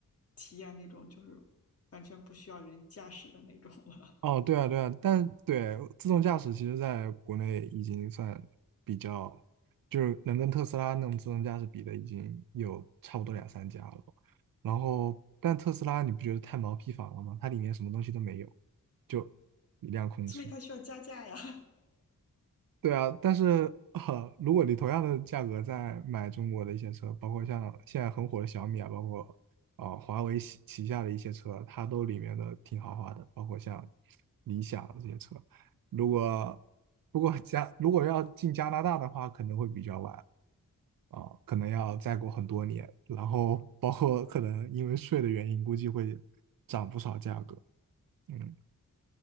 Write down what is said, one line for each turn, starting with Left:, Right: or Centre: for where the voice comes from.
Left: 体验那种就是完全不需要人驾驶的那种了，
Right: 哦，对啊，对啊，但对自动驾驶，其实在国内已经算比较，就是能跟特斯拉那种自动驾驶比的，已经有差不多两三家了。然后，但特斯拉你不觉得太毛坯房了吗？它里面什么东西都没有，就一辆空车。
Left: <laughs> 所以他需要加价呀。
Right: 对啊，但是呃，如果你同样的价格在买中国的一些车，包括像现在很火的小米啊，包括啊、呃华为旗旗下的一些车，它都里面的挺豪华的，包括像理想这些车。如果不过加如果要进加拿大的话，可能会比较晚啊、可能要再过很多年，然后包括可能因为税的原因，估计会涨不少价格。嗯，